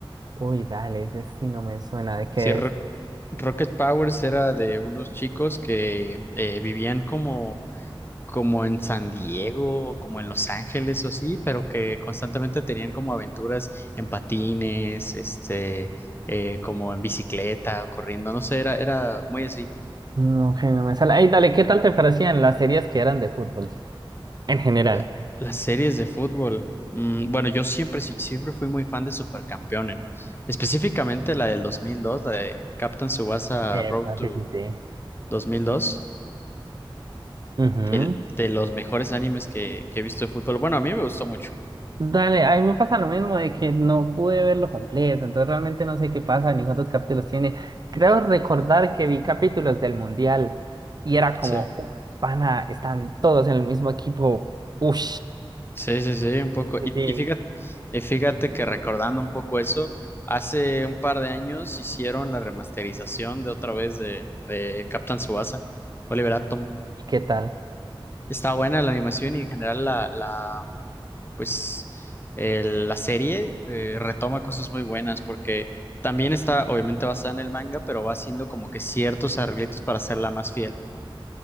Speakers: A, on the right (about 50°); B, on the left (about 25°).
A: Uy, dale, ese sí no me suena de qué
B: Sí, Ro-
A: es.
B: Rocket Powers era de unos chicos que eh, vivían como como en San Diego, o como en Los Ángeles o así, pero que constantemente tenían como aventuras en patines, este, eh, como en bicicleta, corriendo, no sé, era, era muy así.
A: No, que no me sale. Ay, dale, ¿qué tal te parecían las series que eran de fútbol en general?
B: La- las series de fútbol. mm, bueno, yo siempre, sí- siempre fui muy fan de Supercampeones, específicamente la del 2002, la de Captain Tsubasa
A: Eh,
B: Road to
A: sí, sí, sí.
B: dos mil dos,
A: Ujú.
B: el de los mejores animes que, que he visto de fútbol. Bueno, a mí me gustó mucho.
A: Dale, a mí me pasa lo mismo de que no pude verlo completo, entonces realmente no sé qué pasa ni cuántos capítulos tiene. Creo recordar que vi capítulos del Mundial y era como,
B: Sí.
A: "Uf, pana, están todos en el mismo equipo, uff,
B: Sí, sí, sí, un poco.
A: Sí,
B: Y,
A: sí.
B: y fíjate, y fíjate que recordando un poco eso, hace un par de años hicieron la remasterización de otra vez de, de Captain Tsubasa, Oliver Atom.
A: ¿y qué tal?
B: Está buena la animación y en general la, la pues el- la serie eh, retoma cosas muy buenas porque también está obviamente basada en el manga, pero va haciendo como que ciertos arreglitos para hacerla más fiel.